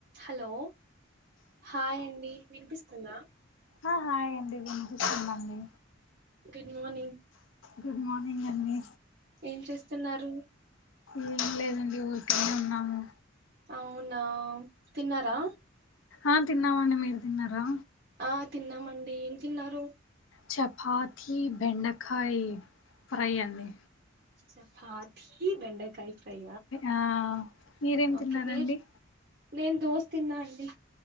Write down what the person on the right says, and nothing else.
హలో హాయ్ అండి వినిపిస్తుందా
గుడ్ మార్నింగ్
ఏం చేస్తున్నారు
అవునా తిన్నారా
ఆ తిన్నామండి ఏం తిన్నారు
చపాత్ తి బెండకాయ్ ఫ్రై
ఓకే
మీర్ నేను దోస తిన్నా అండి